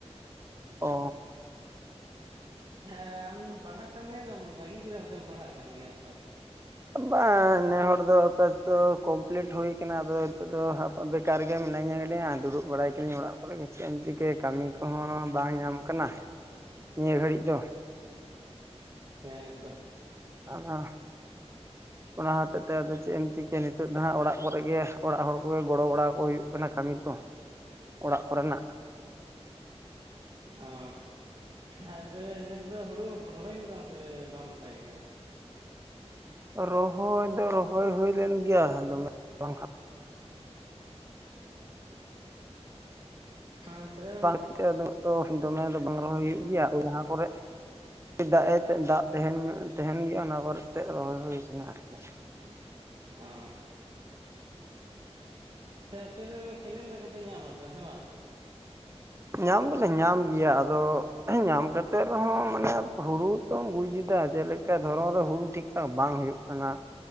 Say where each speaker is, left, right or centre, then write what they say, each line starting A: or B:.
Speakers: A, on the right (about 25°); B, on the right (about 45°).
A: ᱚ
B: ᱦᱮᱸ ᱟᱢ ᱯᱟᱲᱦᱟᱜ ᱠᱟᱱ ᱛᱟᱦᱮᱸ ᱫᱚ ᱵᱟᱹᱜᱤ ᱠᱮᱫᱟᱢ ᱥᱮᱢ ᱯᱟᱲᱦᱟᱜ ᱠᱟᱱ ᱜᱮᱭᱟ ᱱᱮᱛᱟᱨ ᱫᱚ
A: ᱵᱟᱝ ᱱᱮ ᱦᱚᱲ ᱫᱚ ᱫᱚ ᱠᱚᱢᱯᱞᱤᱴ ᱦᱩᱭ ᱠᱟᱱᱟ ᱟᱫᱚ ᱱᱤᱛᱚᱜ ᱫᱚ ᱵᱮᱠᱟᱨ ᱜᱮ᱾ ᱢᱤᱱᱟᱹᱧᱟ ᱜᱰᱤ ᱫᱩᱲᱩᱵ ᱵᱟᱲᱟᱭ ᱠᱟᱹᱤᱫᱧ ᱚᱲᱟᱜ ᱠᱚᱨᱮ ᱜᱮ ᱪᱮᱫ ᱮᱢ ᱪᱤᱠᱟᱹ ᱠᱟᱹᱢᱤ ᱠᱚᱦᱚᱸ ᱵᱟᱝ ᱧᱟᱢ ᱟᱠᱟᱱᱟ᱾ ᱱᱤᱭᱟᱹ ᱜᱷᱟᱹᱲᱤᱡ ᱫᱚ᱾
B: ᱦᱮᱸ ᱛᱚ
A: ᱟᱫᱚ ᱚᱱᱟ ᱦᱚᱛᱮᱡ ᱛᱮ ᱟᱫᱚ ᱪᱮᱫ ᱮᱢ ᱪᱤᱠᱟᱹᱭᱟ ᱱᱤᱛᱚᱜ ᱫᱚ ᱦᱟᱸᱜ ᱚᱲᱟᱜ ᱠᱚᱨᱮᱜ ᱜᱮ ᱚᱲᱟᱜ ᱦᱚᱲ ᱠᱚᱜᱮ ᱜᱚᱲᱚ ᱵᱟᱲᱟ ᱠᱚ ᱦᱩᱭᱩᱜ ᱠᱟᱱᱟ᱾ ᱠᱟᱹᱢᱤ ᱠᱚ ᱚᱲᱟᱜ ᱠᱚᱨᱮᱱᱟᱜ
B: ᱚ ᱟᱨ ᱛᱚᱵᱮ ᱱᱮᱥ ᱫᱚ ᱦᱩᱲᱩ ᱨᱚᱦᱚᱭ ᱞᱮᱫᱟᱢ ᱥᱮ ᱵᱟᱢ ᱨᱚᱦᱚᱭ ᱠᱟᱱᱟ
A: ᱨᱚᱦᱚᱭ ᱫᱚ ᱨᱚᱦᱚᱭ ᱦᱩᱭ ᱞᱮᱱ ᱜᱮᱭᱟ ᱫᱚᱢᱮ ᱵᱟᱝ
B: ᱦᱮᱸ ᱛᱟᱦᱚᱞᱮ
A: ᱵᱟᱝ ᱛᱤᱛᱮ ᱩᱱᱟᱹᱜ ᱫᱚ ᱫᱚᱢᱮ ᱫᱚ ᱵᱟᱝ ᱨᱚᱦᱚᱭ ᱦᱩᱭᱩᱜ ᱜᱮᱭᱟ ᱟᱨ ᱡᱟᱦᱟᱸ ᱠᱚᱨᱮ ᱫᱟᱜ ᱮ ᱫᱟᱜ ᱛᱟᱦᱮᱱ ᱛᱟᱦᱮᱱ ᱜᱮᱭᱟ ᱚᱱᱟ ᱠᱚᱨᱮᱛᱮ ᱨᱚᱦᱚᱭ ᱦᱩᱭ ᱠᱟᱱᱟ ᱟᱨᱠᱤ
B: ᱚ ᱥᱮᱼᱼ ᱟᱯᱮ ᱫᱚ ᱠᱮᱱᱮᱞ ᱫᱟᱜ ᱠᱚᱯᱮ ᱧᱟᱢᱟ ᱛᱚ ᱦᱮᱸ ᱵᱟᱝ
A: ᱧᱟᱢ ᱫᱚᱞᱮ ᱧᱟᱢ ᱜᱮᱭᱟ ᱟᱫᱚ ᱧᱟᱢ ᱠᱟᱛᱮᱫ ᱨᱮᱦᱚᱸ ᱢᱟᱱᱮ ᱦᱩᱲᱩ ᱛᱚᱢ ᱵᱩᱡ ᱮᱫᱟ ᱡᱮᱞᱮᱠᱟ ᱫᱷᱚᱨᱚᱱ ᱨᱮ ᱦᱩᱲᱩ ᱴᱷᱤᱠ ᱴᱷᱟᱠ ᱵᱟᱝ ᱦᱩᱭᱩᱜ ᱠᱟᱱᱟ